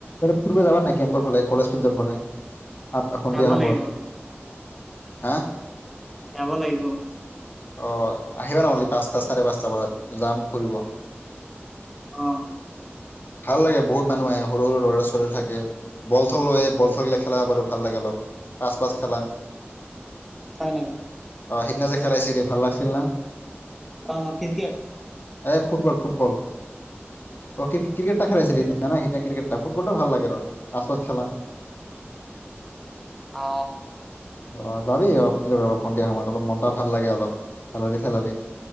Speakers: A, on the left; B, in the centre.
A: ফুৰিব যাবা নাই কেম্পৰ ফালে কলেজ ফিল্ডৰ ফালে। আ সন্ধিয়া
B: যাব
A: সময়ত
B: লাগিব
A: হা
B: যাব লাগিব।
A: অ আহিবা নহ'লে পাঁচটা চাৰে পাঁচটা বজাত যাম ফুৰিব।
B: অ
A: ভাল লাগে বহুত মানুহ আহে সৰু সৰু ল'ৰা ছোৱালী থাকে বলথল লৈ বল থল গিলাক। খেলা বাৰু ভাল লাগে অলপ পাছ পাছ খেলা।
B: হয় নেকি।
A: অ সিদিনা যে খেলাইছিল দ ভাল লাগিছিল না।
B: অ ক্ৰিকেট।
A: এ ফুটবল, ফুটবল। অ ক ক্ৰিকেট খেলাইছিল না ক্ৰিকেট এ ফুটবলটো ভাল লাগে ৰ আচ পাছ খেলা
B: অ
A: অ যাবি অ ফিল্ডত অলপ সন্ধিয়া সময়ত অলপ মনত ভাল লাগে। অলপ- খেল খেলালে